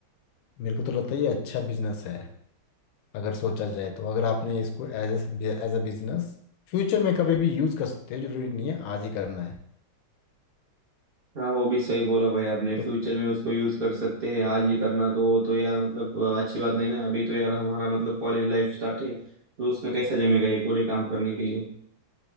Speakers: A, on the left (about 80°); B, on the right (about 45°).
A: मेरे को तो लगता है ये अच्छा बिजनेस है अगर सोचा जाए तो अगर आपने इसको as a as a business future में कभी भी यूज कर सकते हो जरूरी नहीं है आज ही करना है
B: हाँ वो भी सही बोला भाई आपने
A: तो
B: फ्यूचर में उसको यूज कर सकते हैं आज ही करना तो वो तो यार मतलब अ, अच्छी बात नहीं ना अभी तो यार हमारा मतलब कॉलेज लाइफ स्टार्ट है तो उसमें कैसा जमेगा ये पूरे काम करने के लिए